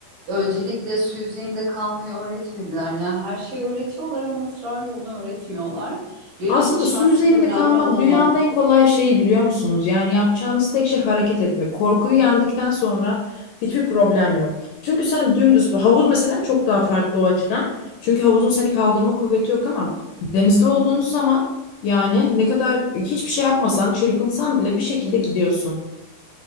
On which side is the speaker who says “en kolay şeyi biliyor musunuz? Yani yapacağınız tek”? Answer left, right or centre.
Left